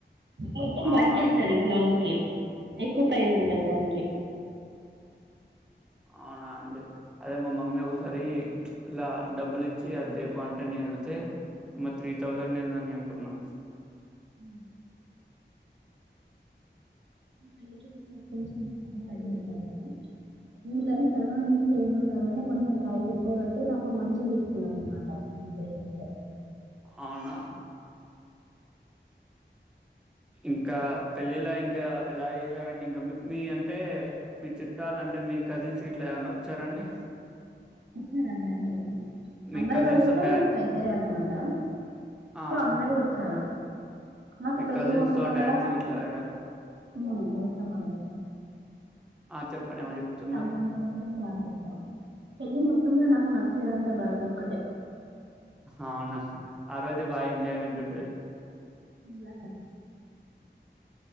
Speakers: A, on the right; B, in the centre.
A: మొత్తం
B: అవునా
A: వర్క్ ఇస్తారు బ్లౌస్ కి ఎక్కువ ప్రైజ్ ఉంటది దానికి
B: అవునా అండి అవును మా మమ్మీ ఒకసారి ఇలా డబ్బులు ఇచ్చి అద్దేపో అంటే నేను వెళ్తే మా త్రీ థౌజండ్ ఏందని అనుకున్నా
A: అ పెకు కొంచెం చాలా తరువాత నేను కానీ తను నిను సేమ్ ఉండాలని కొంచెం ప్రైజ్ ఎక్కువ పెట్టి నాకు మంచిగా తీసుకున్నమాట నా పేరెంట్
B: అవునా ఇంకా పెళ్ళిలా ఇంకా ఎలా చేసారండి ఇంకా మీ అంటే మీ చుట్టాలు అంటే మీ కజిన్స్ ఇట్లా ఏమన్నా వచ్చారండి
A: వచ్చారండి అందరూ
B: మీ
A: అబ్బాయి
B: కజిన్స్
A: వాళ్ళు కూడా
B: తో డ్యాన్స్
A: మాకు దగ్గరే అన్నమాట
B: ఆ
A: సో అందరు వచ్చారు నాకు
B: మీ
A: పెళ్లిి
B: కజిన్స్
A: మొత్తంలా
B: తో డ్యాన్స్
A: చెసామండి
B: ఇట్లా వేయడం
A: నిను
B: ఆ చెప్పండి
A: ఎక్కువగా
B: ఏమో చెప్తున్నారు
A: మా తమ్ముని వాళ్ళతోనే డాన్స్ వేస్తా పెళ్ళి మొత్తంల నాక్ నచ్చేదంటే భరత్ ఒక్కటే
B: అవునా ఆ రోజు బాగా ఎంజాయ్మెంట్ ఉంటది
A: లా సర